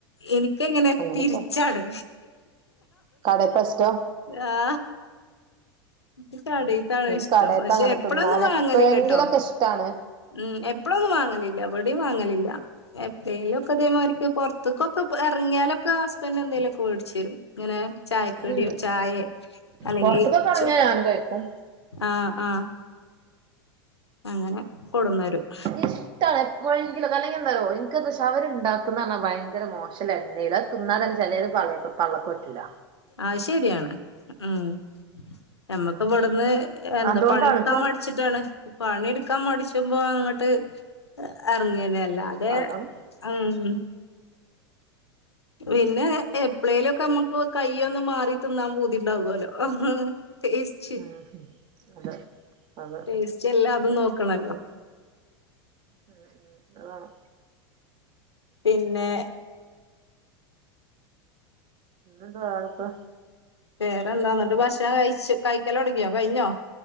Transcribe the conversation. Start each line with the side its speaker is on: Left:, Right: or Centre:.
Left: ഇനിക്ക് ഇങ്ങനെ
Right: അങ്ങനെയൊക്കെ
Left: തിരിച്ചാണ്
Right: കടേത്തെ ഇഷ്ടോ
Left: ആ ഇൻക്ക് കടീത്താണ്
Right: എനിക്ക്
Left: ഇഷ്ടം
Right: കടേത്തെ
Left: പക്ഷെ
Right: അങ്ങനെ
Left: എപ്പളൊന്നും
Right: തിന്നാൻ
Left: വാങ്ങല്
Right: എപ്പോഴെങ്കിലൊക്കെ
Left: ല്ലട്ടോ
Right: ഇഷ്ടാണ്
Left: ഉം എപ്പളൊന്നും വാങ്ങലില്ല ഇവടിം വാങ്ങലില്ല എപ്പളേലൊക്കെ ഇതേമാര്ക്ക് പൊർത്ത്ക്കൊക്കെ എർങ്ങിയാലൊക്കെ ഹസ്ബൻഡ് എന്തേലൊക്കെ വേട്ച്ചരും ഇങ്ങനെ ചായക്കടിയോ
Right: ഉം
Left: ചായെ അല്ലെങ്കി
Right: പൊറത്ത്ക്കൊക്കെ എറങ്ങിയാ
Left: ചോ
Right: ഞാനും കഴിക്കും
Left: ആഹ് ആഹ് അങ്ങനെ കൊടുന്നരും
Right: ഇഷ്ടാണ് എപ്പഴെങ്കിലൊക്കെ അല്ലങ്കി എന്താറ്യോ അവര് ഇണ്ടാക്കുന്നർഞ്ഞാ ഭയങ്കര മോശം എണ്ണയിയില അത് തിന്നാതന്നെ ചെലത് പള്ള പള്ളക്കറ്റൂല
Left: അയ് ശരിയാണ് ഉം. ഞമ്മക്ക് ഇവ്ടന്ന് എന്താ
Right: അതോണ്ടാണ്
Left: പണീട്ക്കാൻ
Right: ഇപ്പം
Left: മട്ച്ചിട്ടാണ്. പണീട്ക്കാൻ മട്ച്ചുമ്പൊ അങ്ങട്ട് എർങ്ങന്നെ. അല്ലാതെ
Right: അതാണ്
Left: ഉം. പിന്നെ എപ്പ്ളേലും ഒക്കെ മ്മക്ക് കയ്യ് ഒന്ന് മാറി തിന്നാൻ പൂതിണ്ടാകൊല്ലോ. ടേസ്റ്റ്
Right: ഉം ഹും അതെ അതെ
Left: ടേസ്റ്റ് എല്ലാംതും നോക്കണല്ലോ.
Right: ഉം ഉം അ വാണം.
Left: പിന്നെ
Right: പിന്നന്താ വേറൊക്കെ
Left: വേറെന്താന്ന്ട്ട് ഭക്ഷണം കഴിച്ച് കഴിക്കലൊട്ങ്ങിയോ കഴിഞ്ഞോ